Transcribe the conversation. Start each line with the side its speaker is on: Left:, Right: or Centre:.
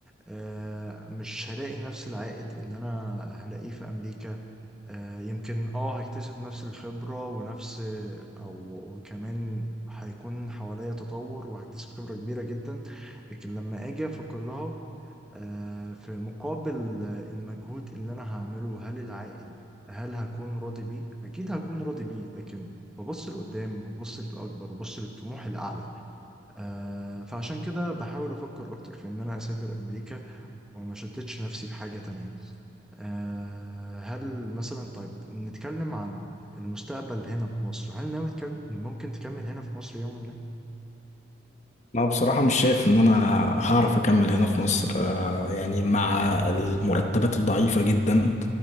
Centre: آه مش هلاقي نفس العائد اللي انا هلاقيه في امريكا آه، يمكن اه هيكتسب نفس الخبرة ونفس او وكمان هيكون حواليا تطور وهكتسب خبرة كبيرة جدا لكن لما اجي افكر لها آه، في مقابل آه، المجهود اللي انا هعمله هل العائد هل هكون راضي بيه؟ اكيد هكون راضي بيه لكن ببص لقدام وببص للاكبر وببص للطموح الاعلى آه، فعشان كده بحاول افكر اكتر في ان انا اسافر امريكا وما شتتش نفسي بحاجة تانية آه، هل مثلا طيب نتكلم عن المستقبل هنا في مصر هل ناوي تكلم ممكن تكمل هنا في مصر يوما ما؟
Left: أنا بصراحة مش شايف إن أنا هعرف أكمل هنا في مصر آه، يعني مع المرتبات الضعيفة جدا